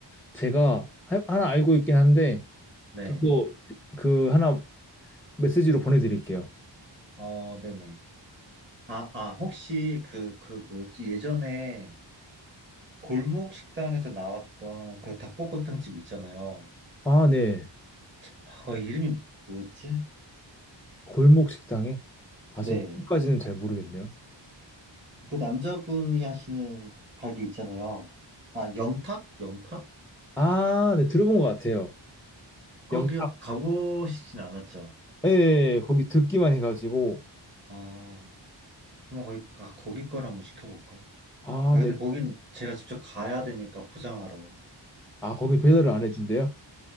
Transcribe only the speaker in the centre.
제가 하- 하나 알고 있긴 한데
그거 그 하나 메시지로 보내드릴게요.
아, 네.
골목 식당에? 아,
제가 이름까지는 잘 모르겠네요.
아, 네, 들어본 것 같아요.
영,
예, 예, 예, 거기 듣기만 해가지고,
아,
네,
아, 거기 배달을 안 해준대요?